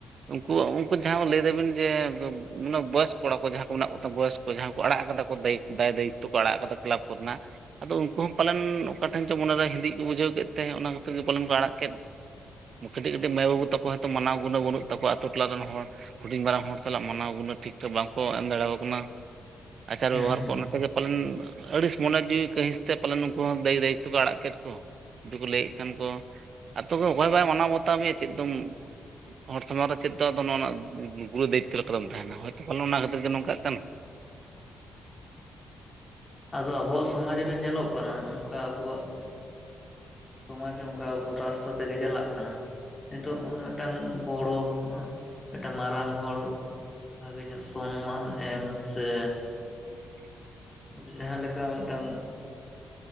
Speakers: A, on the right; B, on the left.
A: ᱩᱱᱠᱩ ᱩᱸᱠᱩ ᱡᱟᱦᱟᱸ ᱠᱚ ᱞᱟᱹᱭ ᱮᱫᱟᱹᱵᱤᱱ ᱡᱮ ᱜᱮᱵᱽ ᱚᱱᱟ ᱵᱚᱭᱮᱥ ᱠᱚᱲᱟ ᱠᱚ ᱡᱟᱦᱟᱸ ᱠᱚ ᱢᱮᱱᱟᱜ ᱠᱚ ᱛᱟᱵᱚᱣᱟ ᱵᱚᱭᱮᱥᱼᱼ ᱠᱚ ᱡᱟᱦᱟᱸ ᱠᱚ ᱟᱲᱟᱜ ᱟᱠᱟ ᱫᱟᱠᱚ ᱫᱟᱹᱭᱤᱠ ᱫᱟᱭ ᱫᱟᱹᱭᱤᱠ ᱛᱚᱠᱚ ᱟᱲᱟᱜ ᱟᱠᱟᱫᱟ ᱠᱮᱞᱟᱵᱽ ᱠᱚᱨᱮᱱᱟᱜ, ᱟᱫᱚ ᱩᱸᱠᱩ ᱦᱚᱸ ᱯᱟᱞᱮᱱᱼᱼ ᱚᱠᱟ ᱴᱷᱮᱸᱱ ᱪᱚᱝ ᱢᱚᱱᱮ ᱨᱮ ᱦᱤᱸᱫᱤᱡ ᱠᱚ ᱵᱩᱡᱷᱟᱹᱣ ᱠᱮᱫ ᱛᱮ ᱚᱱᱟ ᱠᱷᱟᱹᱛᱤᱨ ᱜᱮ ᱯᱟᱞᱮᱱ ᱠᱚ ᱟᱲᱟᱜ ᱠᱮᱫ, ᱢᱩᱸ ᱠᱟᱹᱴᱤᱡ ᱠᱟᱹᱴᱤᱡ ᱢᱟᱹᱭ ᱵᱟᱹᱵᱩ ᱛᱟᱠᱚ ᱦᱚᱭᱛᱚ ᱢᱟᱱᱟᱣ ᱜᱩᱱᱟᱹᱣ ᱵᱟᱹᱱᱩᱜ ᱛᱟᱠᱚᱣᱟ ᱟᱛᱩ ᱴᱚᱞᱟ ᱨᱮᱱ ᱦᱚᱲ, ᱦᱩᱰᱤᱧ ᱢᱟᱨᱟᱝ ᱦᱚᱲ ᱥᱟᱞᱟᱜ ᱢᱟᱱᱟᱣ ᱜᱩᱱᱟᱹᱣ ᱴᱷᱤᱠ ᱴᱷᱟᱠ ᱵᱟᱝ ᱠᱚ ᱮᱢ ᱫᱟᱲᱮᱣᱟᱠᱚ ᱠᱟᱱᱟ᱾ ᱟᱪᱟᱨ
B: ᱦᱩᱸ
A: ᱵᱮᱵᱽᱚ ᱦᱟᱨ
B: ᱦᱩᱸ
A: ᱠᱚ ᱱᱚᱛᱮ ᱜᱮ ᱯᱟᱞᱮᱱ ᱟᱹᱲᱤᱥ, ᱢᱚᱱᱮ ᱡᱤᱣᱤ ᱠᱟᱺᱦᱤᱥ ᱛᱮ ᱯᱟᱞᱮᱱ ᱱᱩᱠᱩ ᱦᱚᱸ ᱫᱟᱹᱭ ᱫᱟᱹᱭᱤᱛᱚ ᱠᱚ ᱟᱲᱟᱜ ᱠᱮᱫ ᱠᱚ᱾ ᱡᱩᱫᱤ ᱠᱚ ᱞᱟᱹᱭᱮᱜ ᱠᱷᱟᱱ ᱠᱚ ᱟᱛᱚ ᱠᱚ ᱚᱠᱚᱭ ᱵᱟᱭ ᱢᱟᱱᱟᱣ ᱵᱟᱛᱟᱣ ᱢᱮᱭᱟ ᱪᱮᱫ ᱫᱚᱢᱼᱼ ᱦᱚᱲ ᱥᱟᱢᱟᱝ ᱨᱮ ᱪᱮᱫ ᱛᱚ ᱟᱫᱚ ᱱᱚᱣᱟ ᱱᱟᱜ ᱩᱸ ᱩᱸ ᱯᱩᱨᱟᱹ ᱫᱟᱹᱭᱤᱛᱚ ᱞᱮᱠᱟ ᱫᱚᱢ ᱛᱟᱦᱮᱸᱱᱟ ᱦᱚᱭᱛᱚ ᱚᱱᱟ ᱠᱷᱟᱹᱛᱤᱨ ᱜᱮ ᱯᱟᱞᱮ ᱱᱚᱝᱠᱟᱜ ᱠᱟᱱ᱾
B: ᱟᱫᱚ ᱟᱵᱚᱣᱟᱜ ᱥᱚᱢᱟᱡᱽ ᱨᱮ ᱧᱮᱞᱚᱜ ᱠᱟᱱᱟ ᱚᱸᱠᱟ ᱟᱵᱚᱣᱟᱜᱼᱼ ᱥᱚᱢᱟᱡᱽ ᱚᱸᱠᱟᱻᱵ ᱨᱟᱥᱛᱟ ᱛᱮᱜᱮ ᱪᱟᱞᱟᱜ ᱠᱟᱱᱟ᱾ ᱱᱮᱛᱚᱜ ᱚᱸ ᱢᱮᱫᱴᱟᱝ ᱵᱚᱲᱚ ᱦᱚᱸᱻᱜ ᱢᱮᱫᱴᱟᱝ ᱢᱟᱨᱟᱝ ᱦᱚᱲᱚ ᱟᱸᱜ ᱼᱼ ᱵᱷᱟᱜᱮ ᱧᱚᱜ ᱥᱚᱱᱢᱟᱱ ᱮᱢ, ᱥᱮᱼᱼ
A: <inaudible>
B: ᱡᱮ ᱡᱟᱦᱟᱸ ᱞᱮᱠᱟ ᱢᱮᱫᱴᱟᱝᱼᱼ